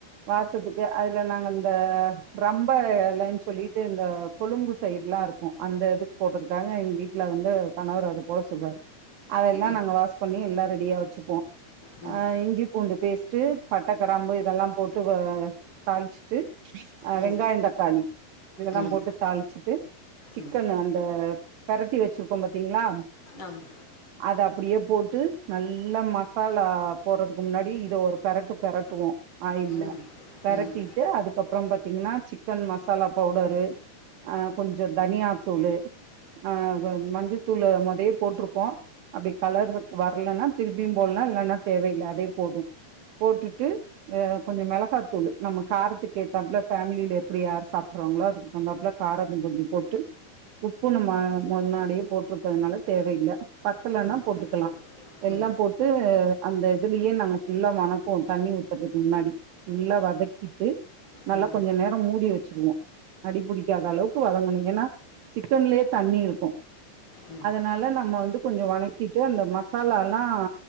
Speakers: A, on the right; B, on the left.
A: வாசத்துக்கு அதுல நாங்க இந்த ரொம்ப இலைன்னு சொல்லிட்டு இந்த கொழும்பு சைடடுல்லாம் இருக்கும் அந்த இது போட்டறதுக்காக எங்க வீட்டுல வந்து கணவர் அதை போட சொல்லுவாரு அதெல்லாம்
B: ம்
A: நாங்க வாஷ் பண்ணி எல்லாம் ரெடிகுது ச்சுப்போம்
B: ம்
A: ஆஹ் இஞ்சி பூண்டு பேஸ்ட்ட் பட் ட்ட கிராம்பு இதெல்லாம் போட்டு வ தாள்ச்சிட்டு அஹ்
B: ம்
A: வெங்காயம்
B: ம்
A: தக்காளி இதெல்லாம்
B: ம்
A: போட்டு தாளிச்சுட்டு சிக்கன்
B: ம்
A: அந்த பெரட்டி வச்சிருக்கோம் பாத்தீங்களா
B: ஆமம்
A: அதை அப்படியே போட்டு நல்ல மசாலா போறதுக்கு முன்னாடி இது ஒரு பெரட்டு பெரட்டுவோம் ஆயில்ல
B: ம்
A: பெரட்டிட்டு
B: ம் ம்
A: அதுக்கப்புறம் பத் ன்னா சிக்கன் மசாலா பவுடரு ஆஹ் கொஞ்சம் தனியாத்தூள்ளு ஆஹ் வ மஞ்சு துல மொதயே போட்டிருப்போம் அப்டி கலர் வரலன்னா திருப்பியும் போட்லா இல்லைன்னா தேவயில்ல அதே போதும் போட்டுட்டு ஆ கொஞ்ச மிளகாத்தூள்ளு நம்ம காரத்துக்கு ஏத்தாப்புல ஃபேமிலியில எப்படி யார் சாப்புடுவாங்களோ அதுக்கு வந்தாப்புல காரம் அதும் கொஞ்சம் போட்டு உப்பு நம்மா முன்னாடி போட்டிருக்கதுனால தேவையில்ல பத்தலன்னா
B: ம்
A: போட்டுக்கலா எல்லா
B: ம்
A: போட்டு அந்த இதுலயே நாங்க ஃபுல்லா மன தண்ணி ஊத்துறதுக்கு முன்னாடி ஃபுல்லா வதக்கிட்டு நல்லா
B: ம் ம்
A: கொஞ்ச நேரம் மூடி வச்சுக்குவோ அடி புடிக்காத அளவுக்கு வதங்கணு ஏன்னா சிக்கன்லயே தண்ணி இருக்கு
B: ம்
A: அதனால நம்ம வந்து கொஞ்ச வனக்கிட்டு அந்த மசாலால்லாம்